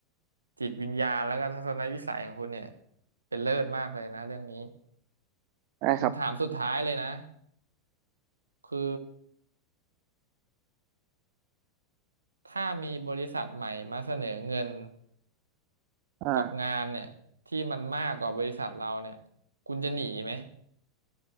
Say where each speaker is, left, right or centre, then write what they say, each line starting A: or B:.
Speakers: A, on the right; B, on the right.
A: จิตวิญญาณแล้วก็ทัศนวิสัยของคุณเนี่ยเป็นเลิศมากเลยนะเรื่องนี้
B: นะครับ
A: คำถามสุดท้ายเลยนะคือถ้ามีบริษัทใหม่มาเสนอเงิน
B: อ่า
A: กับงานเนี่ยที่มันมากกว่าบริษัทเราเนี่ยคุณจะหนีไหม